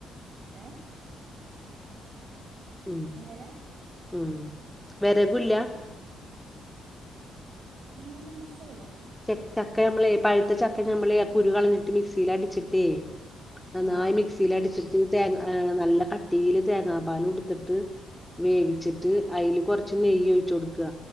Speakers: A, on the right; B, in the centre.
A: ഏ
B: ഉം
A: എങ്ങനെ
B: ഉം വെരകുല്ല
A: വെര എങ്ങനെ മനസ്സിലായില്ല
B: ച ചക്ക നമ്മളെ പഴുത്ത ചക്ക ഞമ്മളെ കുരു കളഞ്ഞിട്ട് മിക്സിൽ അടിച്ചിട്ടേ നന്നായി
A: ആഹ്
B: മിക്സിൽ അടിച്ചിട്ട് തേങ്ങ നല്ല കട്ടിയില് തേങ്ങാ പാല് എടുത്തിട്ട് വേവിച്ചിട്ട് അതിൽ കൊറച്ച് നെയ്യൊഴിച്ച് കൊടുക്കുക